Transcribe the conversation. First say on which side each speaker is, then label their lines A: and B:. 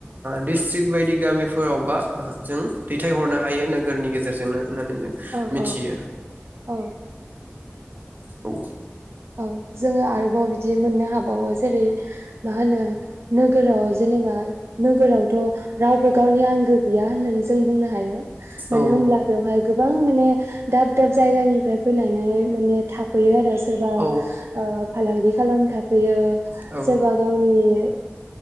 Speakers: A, on the right (about 45°); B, on the right (about 75°).
A: डिस्ट्रिकट बायदि गामिफोराव बा। जों दैथाय हरनो हायो नोगोरनि गेजेरजोंनो। होननानै जों
B: औ
A: मिथियो।
B: औ
A: औ।
B: औ जोंङो आरोबाव बिदि मोननो हाबावो। जेरै मा होनो नोगोराव जेनेबा नोगोरावथ रावबो गावनि आंगो गैया होननानै जों बुंनो हायो।
A: औ
B: माने होनोमब्ला बेवहाय। गोबां माने दाब दाब जायगानिफ्राय फैनानै माने थाफैयो आरो। सोरबा
A: औ
B: ओ फालांगि खालाम थाफैयो।
A: औ
B: सोरबा गावनि।